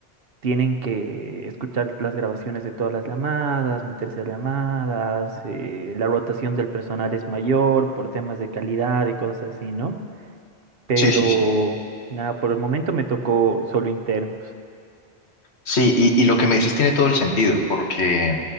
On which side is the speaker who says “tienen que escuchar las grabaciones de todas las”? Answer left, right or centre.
Right